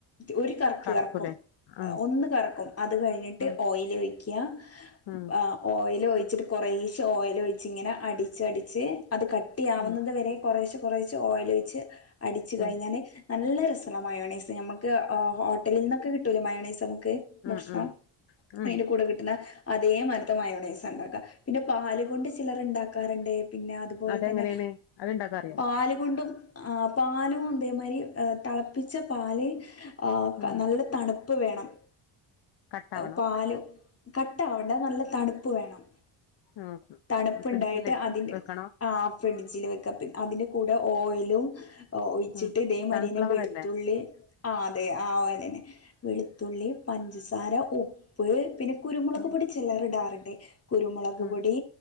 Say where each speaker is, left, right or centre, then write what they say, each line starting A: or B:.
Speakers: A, on the left; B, on the left.
A: ഒരു കറക്ക്
B: കറക്കൂലേ
A: കറക്കും
B: ഉം
A: ഒന്ന് കറക്കും അതു കഴിഞ്ഞിട്ട്
B: ഉം
A: ഓയിൽ ഒഴിക്ക
B: ഉം
A: ആ ഓയിൽ ഇച്ചിരി കുറേശെ ഓയിൽ ഒഴിച്ചു അടിച്ചടിച്ചു അതു കാട്ടിയാവുന്നത്
B: ഉം
A: വരെ കുറേശെ കുറച്ചേ ഓയിൽ ഒഴിച്ചു അടിച്ചു കഴിഞ്ഞാൽ
B: ഉം
A: നല്ല രസല്ല മയോനയ്സ് നമ്മ ക് ഓട്ടലിനൊക്കെ കിട്ടൂലെ മയോനയ്സ് ക്ക് ഭക്ഷണം
B: ഉം ഉം ഉം
A: അയിന്റെ കൂടെ കിട്ടുന്ന അതേമാതിരിതെ മയോനയ്സ് ഉണ്ടാക്ക പാൽ കൊണ്ട് ചിലർ ഉണ്ടാകാറുണ്ട് പിന്നെ അതു പോലെ
B: അതെങ്ങനെയാണ്
A: തന്നെ
B: അത്ണ്ടാക്കാ അറിയോ
A: പാല് കൊണ്ടും ആ പാലും ഇതേ മാതിരി തിളപ്പിച്ച പാൽ ആ
B: ഉം
A: നല്ല തണുപ്പ് വേണം
B: കട്ടാവണം
A: ഹോ പാലും കട്ടാവണ്ട നല്ല തണുപ്പ് വേണം
B: ഉം
A: തണുപ്പിണ്ടായിട്ട്
B: ഫ്രിഡ്ജില്
A: അതിന്റെ
B: വെക്കണോ
A: ആ ഫിഡ്ജിൽ വെക്ക് കാത് അതിന്റെ കൂടെ ഓയലും ഒഴിച്ചിട്ട്
B: ഉം
A: ഇതെ മാതിരിന്നെ
B: സൺഫ്ലവർ
A: വെളുത്തുള്ളി
B: അല്ലേ
A: ആ അതെ ആ ഒയാൽ തന്നെ വെളുത്തുള്ളി പഞ്ചസാ ര ഉപ്പ് പിന്നെ കുരുമുളക്
B: ഉം
A: പൊടി ചിലർ ഇടാറുണ്ട് കുരുമുളക്
B: ഉം
A: പൊടി